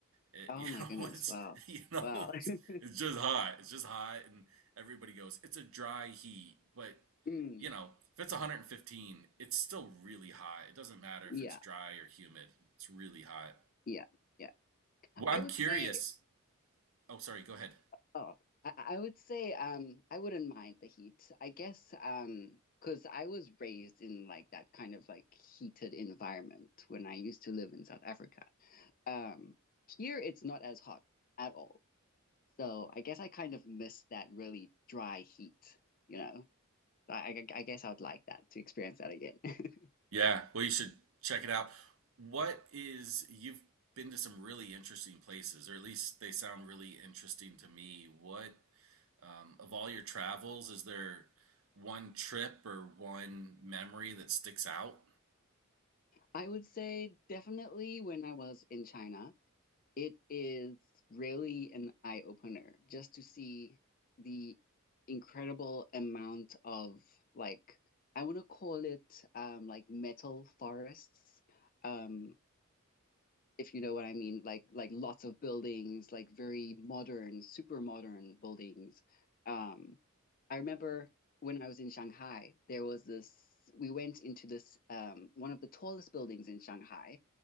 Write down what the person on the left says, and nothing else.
Oh
my
goodness.
Wow.
Wow. <laughs>
Mm.
Yeah.
Yeah. Yeah.
I
would
say,
oh, I, I would say, um, I wouldn't mind the heat. I guess, um, because I was raised in like that kind of like heated environment when I used to live in South Africa. Um, here it's not as hot at all. So I guess I kind of miss that really dry heat, you know? I, I, I guess I would like that to experience that again. <laughs>
I would say definitely when I was in China, it is really an eye opener just to see the incredible amount of like I want to call it um like metal forests. Um if you know what I mean, like like lots of buildings, like very modern, super modern buildings. Um, I remember when I was in Shanghai, there was this. We went into this um, one of the tallest buildings in Shanghai,